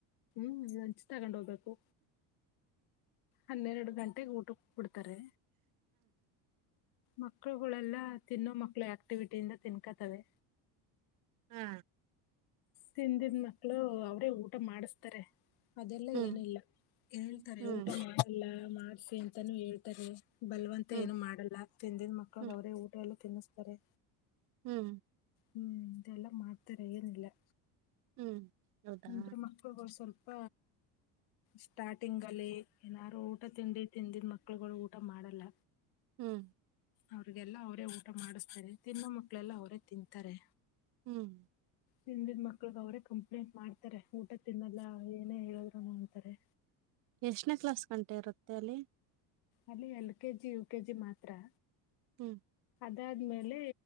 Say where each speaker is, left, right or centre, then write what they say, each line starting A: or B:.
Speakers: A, on the left; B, on the right.
A: ಹ್ಮು ಲಂಚ್ ತಗೊಂಡ್ ಹೋಗ್ಬೇಕು. ಹನ್ನೆರಡ ಗಂಟೆಗೆ ಊಟಕ್ ಕೊಡ್ತಾರೆ. ಮಕ್ಕಳುಗಳೆಲ್ಲ ತಿನ್ನೋ ಮಕ್ಳು ಆಕ್ಟಿವಿಟಿಯಿಂದ ತಿನ್ಕತ್ತಾವೆ.
B: ಹಾ
A: ತಿಂದಿದ ಮಕ್ಳು ಅವ್ರೇ ಊಟ ಮಾಡಸ್ತಾರೆ ಅದೆಲ್ಲ
B: ಹ್ಮ್
A: ಏನಿಲ್ಲ. ಹೇಳ್ತಾರೆ
B: ಹ್ಮ್
A: ಊಟ ಮಾಡಲ್ಲ ಮಾಡ್ಸಿ ಅಂತಾನೂ ಹೇಳ್ತಾರೆ. ಬಲ್ವಂತ
B: ಹ್ಮ್
A: ಏನು ಮಾಡಲ್ಲ ತಿಂದಿದ ಮಕ್ಳಗ್
B: ಹ್ಮ್
A: ಅವ್ರೇ ಊಟ ಎಲ್ಲ ತಿನ್ನಸ್ತಾರೆ.
B: ಹ್ಮು
A: ಹ್ಮ್ ಇದೆಲ್ಲ ಮಾಡ್ತಾರೆ ಏನಿಲ್ಲಾ
B: ಹ್ಮ್ ಹೌದಾ
A: ಅಂದ್ರೆ ಮಕ್ಕಳುಗಳು ಸ್ವಲ್ಪ ಸ್ಟಾರ್ಟಿಂಗ್ ಅಲ್ಲಿ ಏನಾರು ಊಟ ತಿಂಡಿ ಹಿಂದಿನ ಮಕ್ಳು ಗಳು ಊಟಾ ಮಾಡಲ್ಲ
B: ಹ್ಮ್
A: ಅವ್ರಿಗೆಲ್ಲ ಅವರೇ ಊಟ ಮಾಡಿಸ್ತಾರೆ ತಿನ್ನೋ ಮಕ್ಕಳೆಲ್ಲ ಅವರೇ ತಿಂತಾರೆ
B: ಹ್ಮ್
A: ಹಿಂದಿದ ಮಕ್ಕಳಿಗೆ ಅವರೇ ಕಂಪ್ಲೇಂಟ್ ಮಾಡ್ತಾರೆ ಊಟ ತಿನ್ನಲ್ಲಾ ಏನೇ ಹೇಳದ್ರು ನೋಡ್ಂತಾರೆ
B: ಎಷ್ಟನೇ ಕ್ಲಾಸ್ ಗಂಟೆ ಇರುತ್ತೆ ಅಲ್ಲಿ
A: ಅಲ್ಲಿ L K G U K G ಮಾತ್ರಾ
B: ಹ್ಮ್
A: ಅದಾದ್ಮೇಲೆ